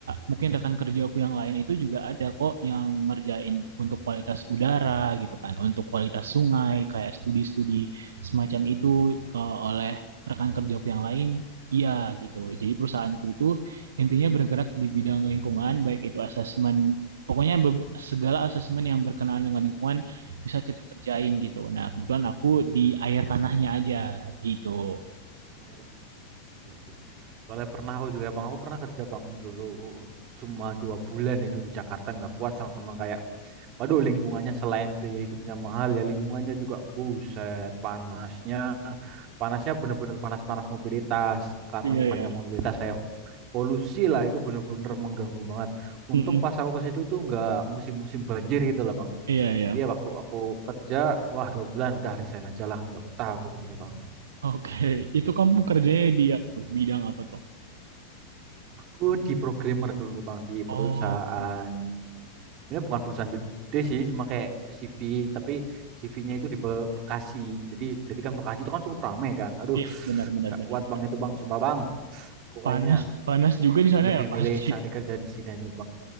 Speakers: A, on the right; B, on the right.
A: mungkin rekan kerja aku yang lain itu juga ada kok yang ngerjain untuk kualitas udara gitu kan, untuk kualitas sungai kayak studi-studi semacam itu eh, oleh rekan kerjaku yang lain Iya gitu. Jadi perusahaanku itu intinya bergerak di bidang lingkungan, baik itu asesmen, pokoknya be- segala asesmen yang berkenaan dengan lingkungan bisa kita kerjain gitu. Nah, kebetulan aku di air tanahnya aja gitu.
B: Oh, iya sih. Soalnya pernah aku juga bang, aku pernah kerja bang dulu cuma dua bulan itu di Jakarta nggak kuat sama kayak, waduh lingkungannya selain biaya hidupnya mahal ya lingkungannya juga buset panasnya, panasnya bener-bener panas-panas mobilitas karena
A: Iya,
B: mau
A: iya.
B: banyak mobilitas kayak polusi lah itu bener-bener mengganggu banget. Untung
A: Mm-mm.
B: pas aku ke situ tuh nggak musim-musim banjir gitu lah bang.
A: Iya, iya.
B: Dia waktu aku kerja, wah dua bulan udah resign aja lah nggak betah aku di sini bang.
A: Oke, Itu kamu kerjanya di ya, tuh, bidang apa tuh?
B: Aku di programmer dulu Bang di
A: Oh,
B: perusahaan sebenarnya bukan perusahaan gede sih cuma kayak CV tapi CV-nya itu di Be- Bekasi. Jadi jadi kan Bekasi itu kan cukup ramai kan. Aduh,
A: iya, benar, benar,
B: nggak
A: benar,
B: kuat
A: benar.
B: Bang itu Bang, sumpah Bang. Aku
A: Panas,
B: kayaknya
A: panas juga di sana
B: lebih
A: ya pasti.
B: milih cari kerja di sini aja Bang.